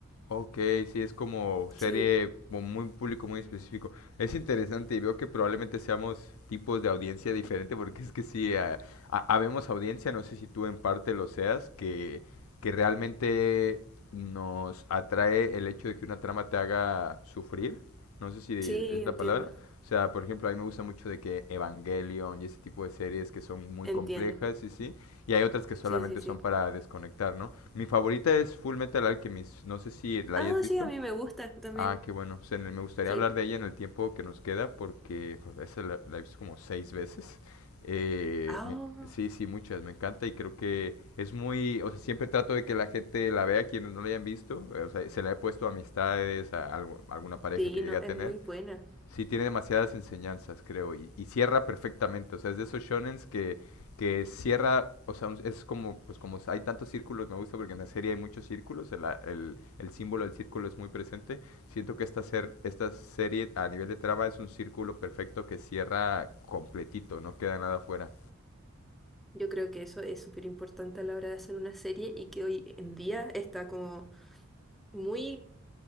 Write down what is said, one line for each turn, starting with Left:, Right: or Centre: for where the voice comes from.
Left: Ok, sí, es como
Centre: Sí,
Left: serie con muy público, muy específico. Es interesante y veo que probablemente seamos tipos de audiencia diferente porque es que sí, ah, ha- habemos audiencia, no sé si tú en parte lo seas, que, que realmente nos atrae el hecho de que una trama te haga sufrir. No sé si
Centre: sí,
Left: es la
Centre: entiendo.
Left: palabra. O sea, por ejemplo, a mí me gusta mucho de que Evangelion y ese tipo de series que son muy
Centre: Entiendo.
Left: complejas y sí. Y hay otras que solamente
Centre: Sí, sí, sí.
Left: son para desconectar, ¿no? Mi favorita es Full Metal Alchemist. No sé si la
Centre: Ah,
Left: hayas visto.
Centre: sí, a mí me gusta también.
Left: Ah, qué bueno. O sea, me me gustaría
Centre: Sí.
Left: hablar de ella en el tiempo que nos queda porque pues, esa la, la he visto como seis veces. Eh,
Centre: Ah,
Left: me- sí, sí, muchas. Me encanta y creo que es muy... O sea, siempre trato de que la gente la vea, quienes no la hayan visto. eh, o sea, se la he puesto a amistades, a algo- alguna pareja
Centre: sí,
Left: que llegue
Centre: no,
Left: a
Centre: es
Left: tener.
Centre: muy buena.
Left: Sí, tiene demasiadas enseñanzas, creo, y, y cierra perfectamente. O sea, es de esos shonens que, que cierra, o sea, un- es como, pues como hay tantos círculos, me gusta porque en la serie hay muchos círculos, el, a- el- el símbolo del círculo es muy presente. Siento que esta, ser, esta serie a nivel de trama es un círculo perfecto que cierra completito, no queda nada fuera.
Centre: Yo creo que eso es súper importante a la hora de hacer una serie y que hoy en día está como muy